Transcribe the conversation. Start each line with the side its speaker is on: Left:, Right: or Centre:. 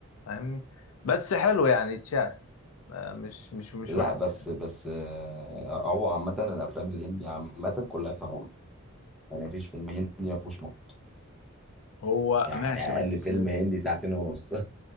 Left: فاهمني بس حلو يعني اتشاف آه، مش مش مش
Centre: لا
Left: وحش
Centre: بس
Left: يعني
Centre: بس آه، هو عامة الأفلام الهندي عامة كلها فيها مط يعني مفيش فيلم هندي ما فيهوش مط
Left: هو
Centre: يعني
Left: ماشي
Centre: أقل
Left: بس
Centre: فيلم هندي ساعتين ونص